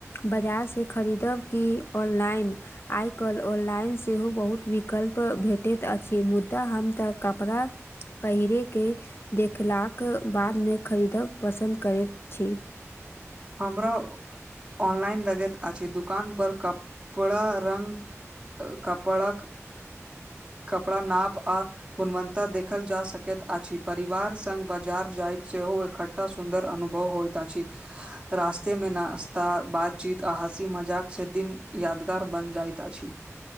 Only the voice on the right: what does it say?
हमरो ऑनलाइन लगैत अछि दुकान पर क पूरा रंग कपड़ा
कपड़ा नाप आ गुणवन्ता देखल जा सकैत अछि परिवार संघ बाजार जायब सेहो एकटा सुन्दर अनुभव होइत अछि रास्ते में नश्ता बातचीत आ हँसी मजाक से दिन यादगार बन जाइत अछि